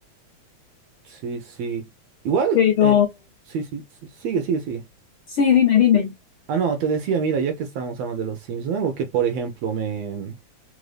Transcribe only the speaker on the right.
Sí, sí. Igual,
eh, sí, sí, sí, sigue, sigue, sigue.
Ah, no, te decía, mira, ya que estamos hablando de los Simpsons, algo que, por ejemplo, me